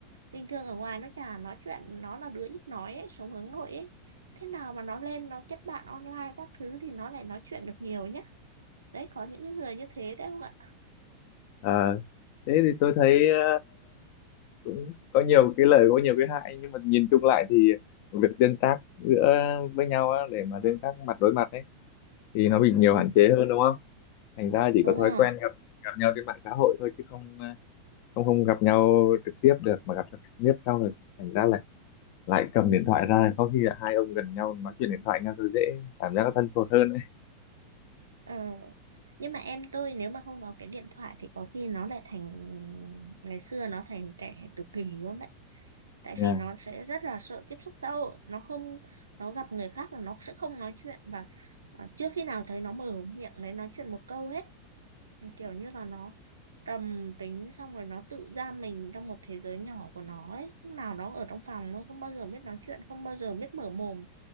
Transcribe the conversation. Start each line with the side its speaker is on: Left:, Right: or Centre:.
Right: bình thường ở ngoài nó chả nói chuyện nó là đứa ít nói ấy, sống hướng nội ấy thế nào mà nó lên nó kết bạn online các thứ thì nó lại nói chuyện được nhiều nhá đấy có những người như thế đấy không ạ
Left: Ờ, thế thì tôi thấy ờ, cũng có nhiều cái lợi có nhiều cái hại nhưng mà nhìn chung lại thì việc tương tác giữa với nhau á, để mà tương tác mặt đối mặt ấy thì nó bị nhiều
Right: ừ
Left: hạn chế hơn đúng không thành ra chỉ
Right: đúng
Left: có thói
Right: rồi
Left: quen gặp gặp nhau trên mạng xã hội thôi chứ không ờ, không không gặp nhau trực tiếp được mà gặp nhau trực tiếp sau rồi thành ra là lại cầm điện thoại ra có khi là hai ông gần nhau nói chuyện điện thoại nhau thôi dễ cảm giác nó thân thuộc hơn
Right: Ờ, nhưng mà em tôi nếu mà không có cái điện thoại thì có khi nó lại thành ngày xưa nó thành trẻ tự kỷ luôn đấy tại
Left: Yeah.
Right: vì nó sẽ rất là sợ tiếp xúc xã hội nó không nó gặp người khác là nó sẽ không nói chuyện và à, trước khi nào thấy nó mở miệng đấy nói chuyện một câu hết kiểu như là nó trầm tính xong rồi nó tự giam mình trong một thế giới nhỏ của nó ấy lúc nào nó ở trong phòng nó không bao giờ biết nói chuyện không bao giờ biết mở mồm